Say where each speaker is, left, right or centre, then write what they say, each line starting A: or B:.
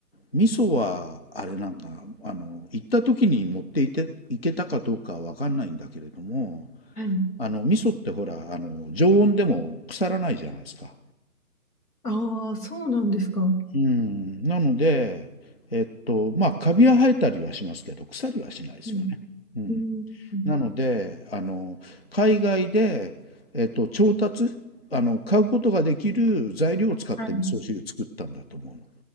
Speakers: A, on the left; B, on the left.
A: 味噌はあれなんか、あの、行った時に持っていて、行けたかどうかはわかんないんだけれども、
B: はい。
A: あの、味噌ってほら、あの、常温でも腐らないじゃないですか。
B: ああ、そうなんですか。
A: うん、なので、えっと、まあ、カビは生えたりはしますけど、腐りはしないですよね。
B: うん、
A: うん。
B: うん、うん
A: なので、あの、海外で、えっと、調達、あの、買うことができる材料を使って味噌汁作ったんだと思うの。
B: はい、